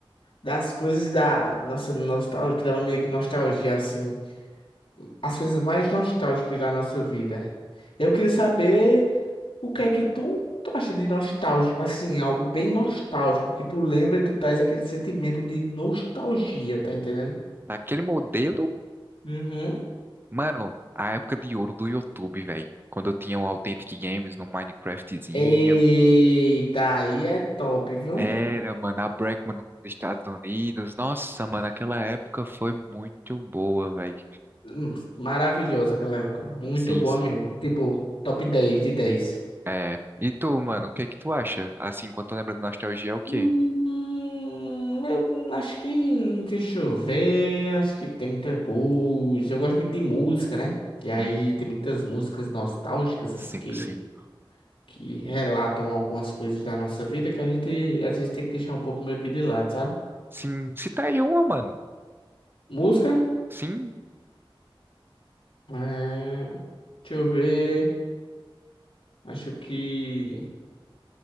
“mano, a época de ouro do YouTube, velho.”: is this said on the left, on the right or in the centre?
Right